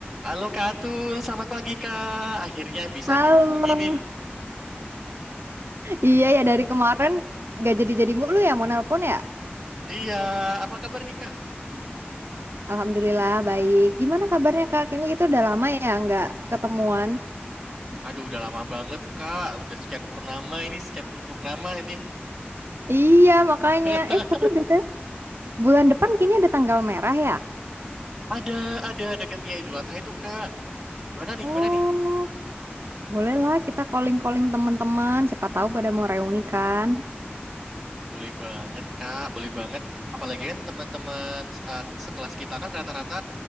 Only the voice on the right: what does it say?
Halo.
Iya ya dari kemarin gak jadi-jadi mulu ya mau nelpon ya.
Alhamdulillah baik. Gimana kabarnya Kak? Kayaknya kita udah lama ya nggak ketemuan.
Iya makanya.
Eh tapi beda bulan depan kayaknya ada tanggal merah ya.
Oh,
bolehlah kita calling-calling teman-teman. Siapa tahu pada mau reuni kan.